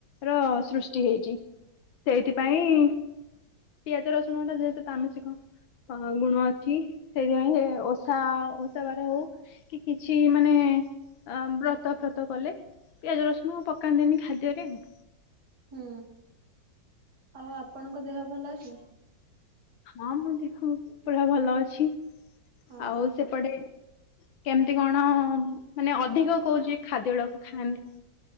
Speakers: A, on the left; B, on the right.
A: ର ସୃଷ୍ଟି ହେଇଚି ସେଇଥିପାଇଁ ପିଆଜ ରସୁଣ ଟା ଯେହେତୁ ତାମସିକ ଅ ଗୁଣ ଅଛି ସେଇଥିପାଇଁ ଏ ଓସା ଓସା ବାର ହଉ କି କିଛି ମାନେ ବ୍ରତ ଫ୍ରତ କଲେ ପିଆଜ ରସୁଣ ପକାନ୍ତିନି ଖାଦ୍ୟରେ ଆଉ।
B: ହୁଁ ଆଉ ଆପଣଙ୍କ ଦେହ ଭଲ ଅଛି?
A: ହଁ ମୁଁ ଦେଖ ପୁରା ଭଲ ଅଛି।
B: ହଁ।
A: ଆଉ ସେପଟେ କେମିତି କଣ ମାନେ ଅଧିକ କହୁଛି ଖାଦ୍ୟ ଗୁଡାକୁ ଖାଆନ୍ତି?